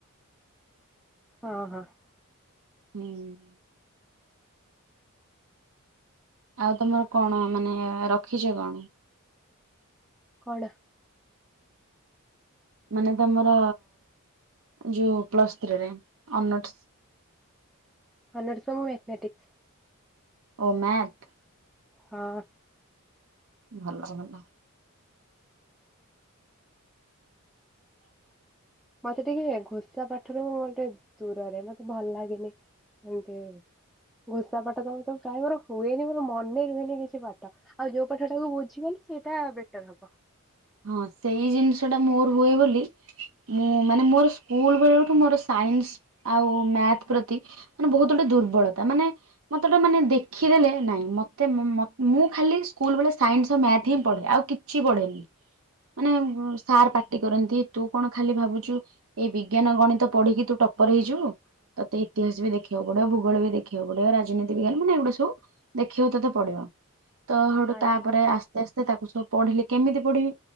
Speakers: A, in the centre; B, on the right.
A: ହଁ, ହଁ।
B: ହୁଁ। ଆଉ ତମର କଣ ମାନେ, ରଖିଚ କଣ?
A: କଣ?
B: ମାନେ ତମର ଯୋଉ ପ୍ଲସ୍ ଥ୍ରୀରେ, ଅନର୍ସ
A: ଅନର୍ସ ରୁ ମୁଁ ମାଥମେଟିକସ୍।
B: ଓ ମ୍ୟାଥ?
A: ହଁ।
B: ଭଲ ଭଲ। <inaudible>
A: ମତେ ଟିକେ ଘୋସା ପାଠରୁ, ମଟେ ଦୂରରେ, ମତେ ଭଲ ଲାଗେନି। ଏମତି, ଘୋଷା ପାଠ ତମେ ତ ପ୍ରାୟେ ମୋର ହୁଏନି, ମୋର ମନେ ରୁହେନି କିଛି ପାଠ। ଆଉ ଯୋଉ ପାଠ ଟାକୁ ବୁଝିଗଲି, ସେଇଟା ବେଟର ହବ।
B: ହଁ, ସେଇ ଜିନିଷଟା ମୋର ହୁଏ ବୋଲି ମୁଁ, ମାନେ ମୋର ସ୍କୁଲ ବେଳଠୁ ମୋର, ସାଇନ୍ସ ଆଉ ମ୍ୟାଥ ପ୍ରତି ମାନେ ବହୁତ ଗୋଟେ ଦୁର୍ବଳତା, ମାନେ ମତେଟା ମାନେ ଦେଖିଦେଲେ, ନାଇଁ, ମତେ ମୁଁ ଖାଲି ସ୍କୁଲ ବେଳେ ସାଇନ୍ସ ମ୍ୟାଥ ହିଁ ପଢେ ଆଉ କିଛି ପଢ଼େନି। ମାନେ ସାର୍ ପାଟି କରନ୍ତି, ତୁ କଣ ଖାଲି ଭାବୁଚୁ ଏଇ ବିଜ୍ଞାନ, ଗଣିତ ପଢିକି ତୁ ଟପର ହେଇଯିବୁ? ତତେ ଇତିହାସ ବି ଦେଖିବାକୁ ପଡିବ, ଭୂଗୋଳ ବି ଦେଖିବାକୁ ପଡିବ, ରାଜନୀତି ବିଜ୍ଞାନ ମାନେ ଏ ଗୁଡା ସବୁ ଦେଖିବା କୁ ତତେ ପଡିବ, ତ ହେଟୁ
A: ଭାଇ
B: ତାପରେ ଆସ୍ତେ- ଆସ୍ତେ ତାକୁ ସବୁ ପଢିଲି, କେମିତି ପଢିବି